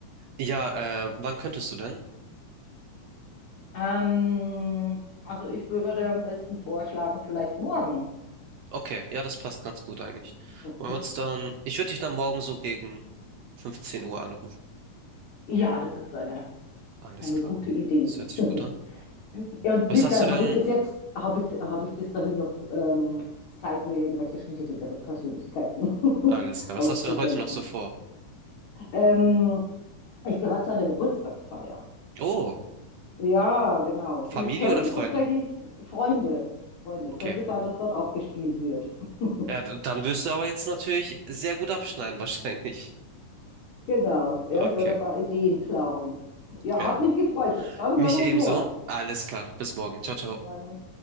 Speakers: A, on the right (about 70°); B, on the left (about 65°).
A: Ja, äh, wann könntest du denn?
B: Ähm, also ich würde am besten vorschlagen, vielleicht morgen.
A: Okay, ja, das passt ganz gut eigentlich.
B: <laughs>
A: Wollen wir uns dann, ich würde dich dann morgen so gegen 15 Uhr anrufen.
B: Ja, das ist eine,
A: Alles
B: eine
A: klar.
B: gute Idee.
A: Das hört sich
B: <laughs>
A: gut an.
B: Ja, und
A: Was
B: Littern
A: hast du denn?
B: habe ich bis jetzt, habe ich, habe ich bis dahin noch ähm, Zeit, mir irgendwelche schwierigeren Persönlichkeiten <laughs>
A: Alles klar.
B: auszudenken.
A: Was hast du denn heute noch so vor?
B: Ähm, ich gehöre zu einer Geburtstagsfeier.
A: Oh,
B: Ja, genau. Und
A: Familie
B: es könnte
A: oder Freunde?
B: tatsächlich Freunde, Freunde,
A: Okay.
B: könnte sein, dass dort auch gespielt wird. <laughs>
A: Ja, d- dann wirst du aber jetzt natürlich sehr gut abschneiden, <laughs> wahrscheinlich.
B: Genau. Ja,
A: Okay,
B: ich werde ein paar Ideen klauen. Ja,
A: ja.
B: hat mich gefreut. Dann
A: Mich
B: hören wir uns
A: ebenso.
B: morgen.
A: Alles klar. Bis morgen. Ciao, ciao.
B: Bis morgen.